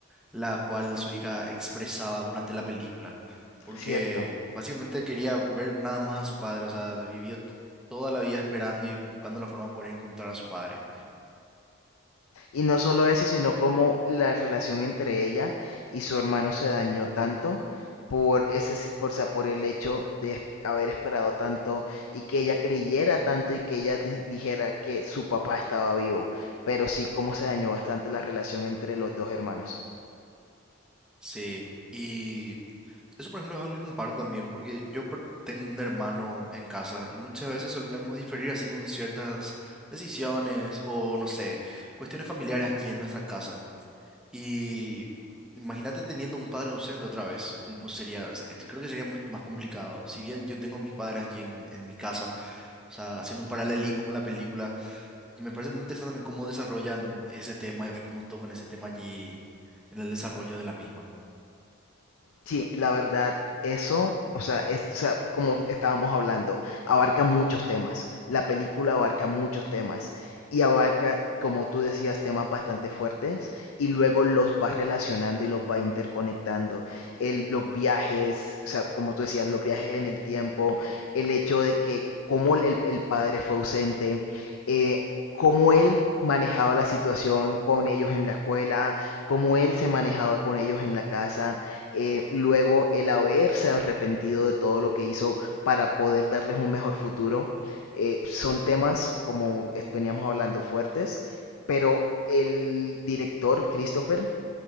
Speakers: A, in the centre; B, on the left (about 80°).
A: la cual su hija expresaba durante la película, porque
B: cierto.
A: básicamente quería ver nada más a su padre, o sea, vivió t- toda la vida esperando y buscando la forma de poder encontrar a su padre.
B: Y no solo eso, sino como la relación entre ella y su hermano se dañó tanto por ese, s- por, sa- por el hecho de es- haber esperado tanto y que ella creyera tanto y que ella di- dijera que su papá estaba vivo. Pero sí, cómo se dañó bastante la relación entre los dos hermanos.
A: Sí, y eso por ejemplo es algo que comparto también, porque yo per- tengo un hermano en casa y muchas veces solemos diferir así con ciertas decisiones o no sé, cuestiones familiares aquí en nuestra casa. Y imagínate teniendo un padre ausente otra vez, ¿cómo sería? O sea, es- Creo que sería mucho más complicado. Si bien yo tengo a mis padres aquí en, en mi casa, o sea, haciendo un paralelismo con la película, me parece muy interesante también cómo desarrollan ese tema y cómo tocan ese tema allí en el desarrollo de la misma.
B: Sí, la verdad, eso, o sea, es, o sea, como estábamos hablando, abarca muchos temas. La película abarca muchos temas y abarca, como tú decías, temas bastante fuertes y luego los va relacionando y los va interconectando. El, los viajes, o sea, como tú decías, los viajes en el tiempo, el hecho de que cómo el, el padre fue ausente, eh, cómo él manejaba la situación con ellos en la escuela, cómo él se manejaba con ellos en la casa eh, luego el haberse arrepentido de todo lo que hizo para poder darles un mejor futuro, eh, son temas, como es- veníamos hablando, fuertes, pero el director, Christopher,